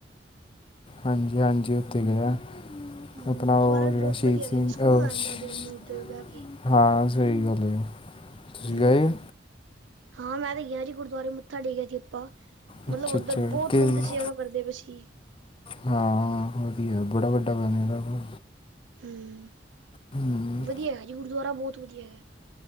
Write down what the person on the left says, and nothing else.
ਹਾਂਜੀ ਹਾਂਜੀ ਓਥੇ ਗਏ ਆਂ।
ਆਪਣਾ
ਓ ਜੇਹੜਾ,
ਸ਼ਹੀਦ
ਸਿੰਘ
ਦਾ
ਸ਼
ਹਾਂ ਸਹੀ ਗੱਲ ਏ, ਤੁਸੀ
ਗਏ ਓ?
ਅੱਛਾ
ਅੱਛਾ
ਕਿ
ਹਾਂ ਵਧੀਆ ਬੜਾ ਵੱਡਾ
ਬਣਯਾ ਦਾ ਐ ਓਹ।
ਹੂੰ